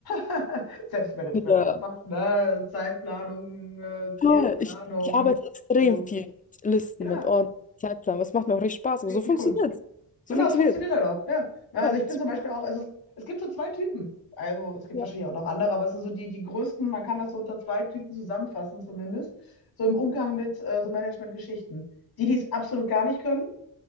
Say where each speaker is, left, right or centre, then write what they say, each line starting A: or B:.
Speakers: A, on the left (about 70°); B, on the left (about 20°).
A: <laughs> Selbstmanagement
B: Ja.
A: einfach, ne? Zeitplanung, äh, Zielplanung,
B: Toll. Ich, ich arbeite extrem
A: Priorisierung.
B: viel mit Listen,
A: Ja,
B: mit Ordnung, Zeitplan. Das macht mir auch richtig Spaß, aber
A: richtig
B: so funktioniert
A: cool.
B: es. So
A: Genau,
B: funktioniert
A: es funktioniert
B: es.
A: halt auch, ja. Na, also
B: Ja,
A: ich bin
B: super.
A: zum Beispiel auch, also es gibt so zwei Typen. Also es gibt
B: Ja.
A: wahrscheinlich auch noch andere, aber es sind so die, die größten, man kann das so unter zwei Typen zusammenfassen zumindest, so im Umgang mit äh, so Management-Geschichten. Die, die es absolut gar nicht können,